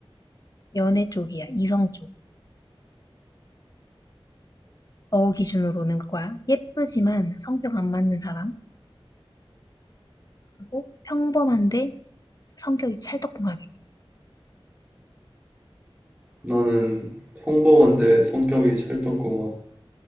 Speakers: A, on the left; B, on the right.
A: 연애 쪽이야. 이성 쪽. 너 기준으로는 그거야. 예쁘지만 성격 안 맞는 사람. 그리고 평범한데 성격이 찰떡궁합이야.
B: 나는 평범한데 성격이 찰떡궁합.